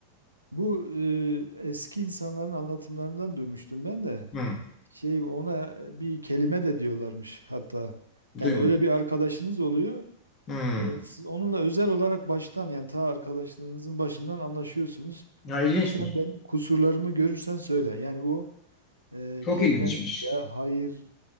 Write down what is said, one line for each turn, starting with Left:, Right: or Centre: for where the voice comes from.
Right: Bu e, eski insanların anlatımlarından duymuştum ben de.
Left: Hı.
Right: Şey ona bir kelime de diyorlarmış hatta. Yani
Left: Duymadım.
Right: öyle bir arkadaşınız oluyor.
Left: Hmm.
Right: E, siz onunla özel olarak baştan yani ta arkadaşlığınızın başından anlaşıyorsunuz.
Left: Ya ilginçmiş.
Right: Lütfen benim kusurlarımı görürsen söyle. Yani o Ee,
Left: Çok
Right: kelime
Left: ilginçmiş.
Right: ne ya? Hayır,